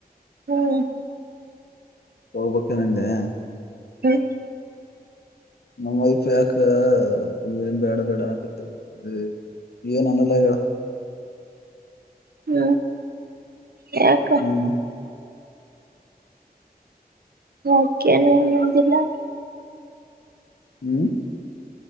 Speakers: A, on the right; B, on the left.
A: ಹ್ಮ್
B: ಹೋಗ್ಬಕ್ಕೆನಂದೆ
A: ಹ್ಮ
B: ನಮ್ ವೈಫ ಯಾಕನ್ ಬೇಡ ಬೇಡನ್ಕತ್ ನ್ ಅನಲ್ಲ ಆಗ್ಯಾಳ
A: ಹ್ಮ ಯಏಕ್ಕ
B: ಹ್ಮ್
A: ಯಾಕ್ ಏನ್ ಅಂದಿ ನ
B: ಹ್ಮ್